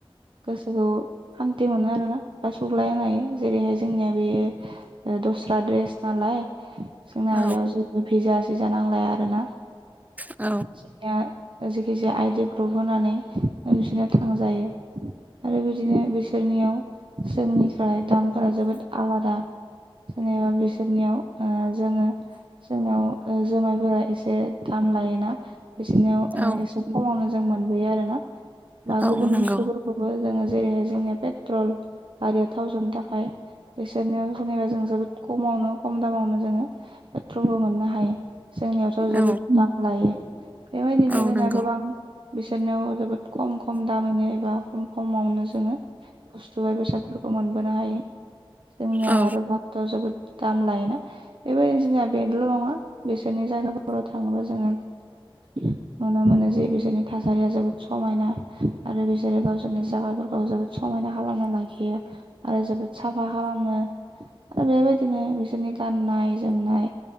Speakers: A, on the right; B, on the right.
A: गोसोखौ सान्थि मोनो आरोना बा सुग्लाय होनो हायो जेरैहाय जोंनिया बेयो ओ दस्रा देस नालाय जोंना
B: औ
A: बेयाव जेबो भिजा सिजा नांलाया आरोना
B: औ
A: जोंनिया ओ जेखि जाया आइ डि प्रुफ होनानै बिसोरनो थांजायो आरो बिदिनो बिसोरनियाव जोंनिफ्राय दामफोरा जोबोद आलादा जेनेबा बिसोरनियाव ओ जोङो जोंनियाव जुमायफोरा एसे दाम लायोना बिसोरनियाव
B: औ
A: एसे खमावनो जों मोनबोयो आरो ना बा
B: औ
A: गुबुन
B: नंगौ
A: बुस्थुफोरखौबो जोङो जेरैहाय जोंनिया पेट्रल गारियाव थाव सोनो थाखाय बिसोरनियाव जेनेबा जों जोबोद खमाव नो खम दामावनो जोङो पेट्रलबो मोननो हायो जोंनियावथ' जोबोद
B: औ
A: दाम लायो बेबायदिनो
B: औ
A: जोंना
B: नंगौ
A: गोबां बिसोरनियाव जोबोद खम खम दामैनो एबा खम खम मावनो जोङो बुस्थु बा बेसादफोरखौ मोनबोनो हायो जोंनियाव
B: औ
A: आरो भारताव जोबोद दाम लायोना बेबायदिनो जोंया बेगल' नङा बिसोरनि जायगाफोराव थाङोबा जोङो <inaudible> नुनो मोनो जे बिसोरनि थासारिया जोबोद समायना आरो बिसोरो गावसोरनि जागाफोरखौ जोबोद स मायना खालामना लाखि आरो जोबोद साफा खालामो आरो बेबायदिनो बिसोरनि गा ननाय जोमनाय